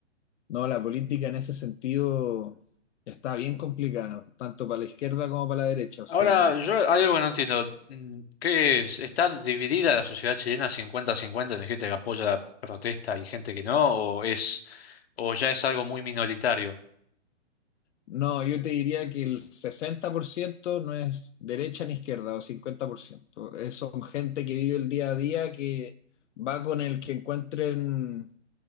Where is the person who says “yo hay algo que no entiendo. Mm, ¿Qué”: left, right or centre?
Left